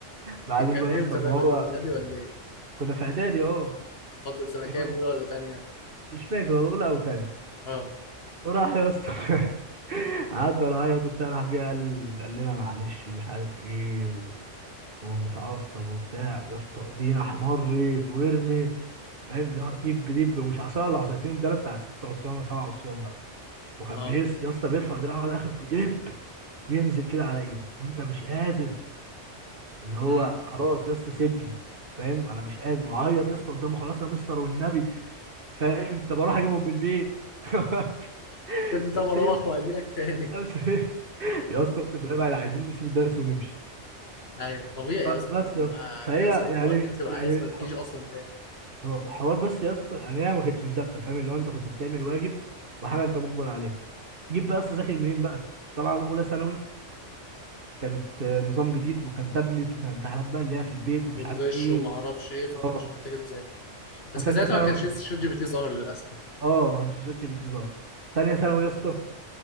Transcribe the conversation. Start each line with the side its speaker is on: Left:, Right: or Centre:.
Right: بعدين
Left: كان
Right: بقى يا اسطى
Left: امتى
Right: ما
Left: ده كنت
Right: هو
Left: في اعدادي ولا ايه؟
Right: كنا في اعدادي اه
Left: فتره سنه كام
Right: يا اسطى،
Left: اولى ولا تانيه؟
Right: مش فاكر والله اولى او تاني
Left: اه
Right: وراح يا اسطى <laughs> عدى العيط وبتاع راح جه قال قال لنا معلش ومش عارف ايه و... ومتعصب وبتاع يا اسطى ايدينا احمرت ورمت فاهم اللي هو دب دب مش عصايه ولا عصايتين ده أنا بتاع ست عصيان ولا سبع عصيان بقى وكان
Left: اه
Right: بيس يا اسطى بيرفع دراعه على الاخر ودب ينزل كده على ايدك وانت مش قادر اللي هو
Left: امم
Right: خلاص يا اسطى سيبني فاهم انا مش قادر وعيط يا اسطى قدامه خلاص يا مستر والنبي فاهم طب اروح اجيبهم من البيت <laughs>
Left: سيبني
Right: طب
Left: طب
Right: سيبني
Left: اروح واجي لك تاني
Right: طب سيبني يا اسطى اقسم بالله بقى عايزين نسيب الدرس ونمشي
Left: ايوه طبيعي يا اسطى
Right: بس يا
Left: لما
Right: اسطى فهي
Left: بيحصل الحوارات
Right: يعني
Left: دي بتبقى
Right: يعني
Left: عايز ما تجيش
Right: ح-
Left: اصلا تاني
Right: اه حوار بس يا اسطى يعني هي ما كانتش مذاكره فاهم اللي هو انت كنت بتعمل واجب وحاجه انت مجبر عليها جيب بقى يا اسطى ذاكر منين بقى طبعا اولى ثانوي كانت آه، نظام جديد وكان تابلت وكان امتحانات بقى اللي هي في البيت ومش
Left: وتغش
Right: عارف ايه
Left: وما
Right: و...
Left: اعرفش ايه فكنتش
Right: اه
Left: محتاجه تذاكر بس
Right: فتانية
Left: كان ساعتها
Right: ثانوي
Left: ما كانش شات جي بي تي ظهر للاسف
Right: اه ما كانش شات جي بي تي ظهر تانية ثانوي يا اسطى